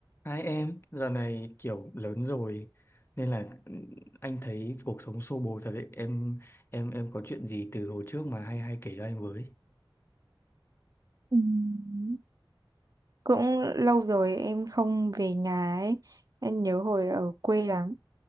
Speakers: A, on the left; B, on the right.
A: Hai em, giờ này kiểu lớn rồi nên là ừ, anh thấy cuộc sống xô bồ thật đấy. Em em em có chuyện gì từ hồi trước mà hay hay kể cho anh với.
B: Ừm, Cũng lâu rồi em không về nhà ấy. Em nhớ hồi ở quê lắm.